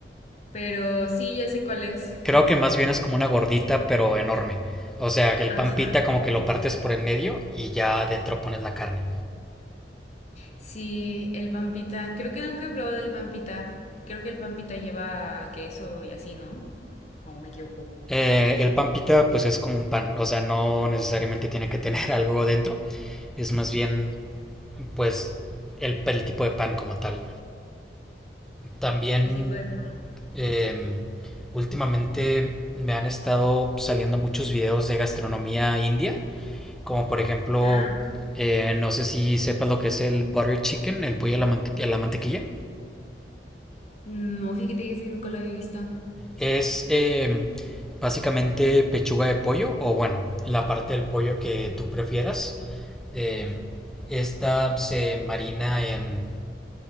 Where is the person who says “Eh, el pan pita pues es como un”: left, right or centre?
Centre